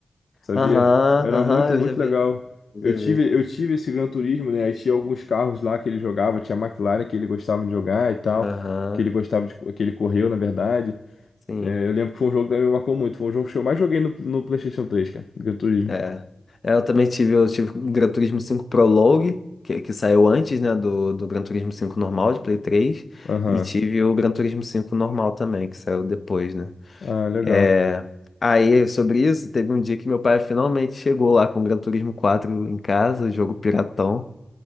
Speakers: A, on the left; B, on the left.
A: sabia?
B: Aham,
A: Era
B: aham,
A: muito,
B: eu
A: muito
B: já vi.
A: legal.
B: Eu
A: Eu
B: já
A: tive,
B: vi.
A: eu tive esse Gran Turismo, né? Aí tinha alguns carros lá que ele jogava, tinha a McLaren que ele gostava de jogar e tal,
B: Aham,
A: que ele gostava de, co- que ele correu, na verdade.
B: sim.
A: É, eu lembro que foi um jogo que também me marcou muito. Foi um jogo que eu mais joguei no, no PlayStation três cara. Gran Turismo.
B: É. É, Eu também tive, eu tive o Gran Turismo cinco Prologue, que, que saiu antes, né, do, do Gran Turismo 5 normal, de Play 3.
A: Aham.
B: E tive o Gran Turismo 5 normal também, que saiu depois, né?
A: Ah, legal.
B: É. Aí, sobre isso, teve um dia que meu pai finalmente chegou lá com o Gran Turismo quatro em casa, jogo piratão.